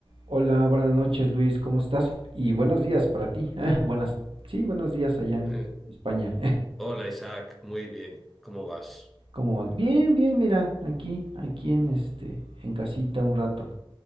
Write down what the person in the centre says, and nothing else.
Eh,
hola Isaac, muy bien, ¿cómo vas?